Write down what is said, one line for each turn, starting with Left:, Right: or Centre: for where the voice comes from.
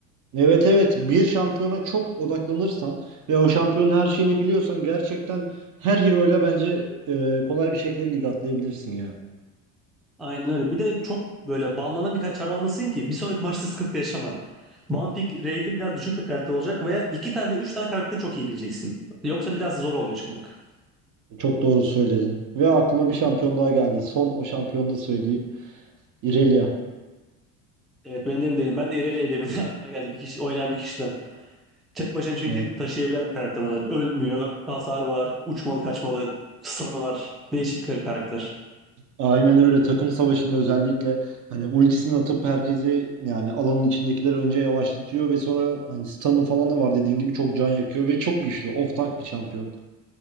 Right: Evet evet bir şampiyona çok odaklanırsan ve o şampiyonun her şeyini biliyorsan gerçekten her hero ile bence eee, kolay bir şekilde lig atlayabilirsin ya.
Centre: Aynen öyle. Bir de çok böyle banlanan bir kaçar olmasın ki bir sonraki maçta sıkıntı yaşama. Ban pick rate'i biraz düşük bir karakter olacak veya iki tane üç tane karakteri çok iyi bileceksin. Yoksa biraz zor oluyor çıkmak.
Right: Çok doğru söyledin. Ve aklıma bir şampiyon daha geldi. Son o şampiyonu da söyleyeyim. Irelia.
Centre: Evet ben demin dedim. Ben de Irelia demin <laughs> aklıma geldi bir kişi oynayan bir kişiden. Tek başına çünkü
Right: Evet.
Centre: taşıyabilen bir karakter olarak. Ölmüyor, hasar var, uçmalı kaçmalı, stun'ı var. Değişik bir karakter.
Right: Aynen öyle takım savaşında özellikle hani ultisini atıp herkesi yani alanın içindekileri önce yavaşlatıyor ve sonra hani stun'ı falan da var dediğin gibi çok can yakıyor ve çok güçlü off tank bir şampiyon.